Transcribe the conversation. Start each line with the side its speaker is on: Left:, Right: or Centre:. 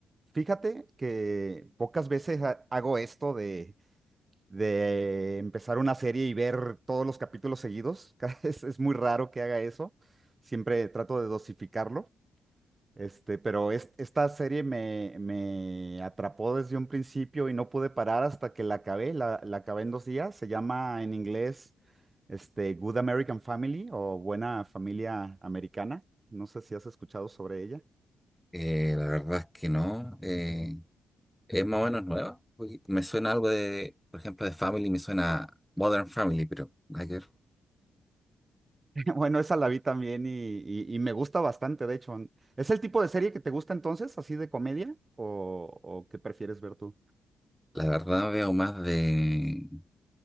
Right: fíjate que pocas veces ha- hago esto de, de empezar una serie y ver todos los capítulos seguidos. <laughs> Es, es muy raro que haga eso. Siempre trato de dosificarlo. Este, pero es- esta serie me, me atrapó desde un principio y no pude parar hasta que la acabé. La, la acabé en dos días. Se llama en inglés, este, Good American Family o Buena Familia Americana. No sé si has escuchado sobre ella.
Centre: Eh, la verdad es que no. eh, es más o menos nueva. porque Me suena algo de, por ejemplo, de Family, me suena Modern Family, pero nada que ver.
Right: <laughs> Bueno, esa la vi también y, y- y me gusta bastante, de hecho. ¿Es el tipo de serie que te gusta entonces, así de comedia? ¿O, o qué prefieres ver tú?
Centre: La verdad veo más de un